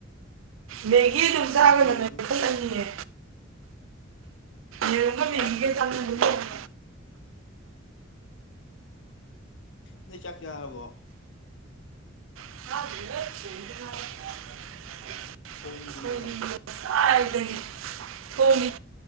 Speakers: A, on the right; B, on the left.
A: ꯃꯦꯒꯤ ꯑꯗꯨꯝ ꯆꯥꯒꯅꯨ
B: ꯅꯣꯏꯔꯣꯏ
A: ꯅꯣꯏꯈꯠꯂꯅꯤꯌꯦ
B: ꯅꯣꯏ
A: ꯌꯦꯔꯨꯝꯒ
B: ꯆꯥꯗꯦꯗ
A: ꯃꯦꯒꯤꯒ ꯆꯥꯅꯕ
B: ꯉꯁꯤ
A: ꯂꯣꯏꯔꯕ
B: ꯈꯛꯇꯅꯤ ꯅꯣꯏ ꯆꯥꯛ ꯆꯥꯔꯕꯣ
A: <unintelligible>
B: ꯊꯣꯡꯗ꯭ꯔꯤꯕ
A: ꯉꯁꯥꯏꯗꯒꯤ ꯊꯣꯡꯉꯤ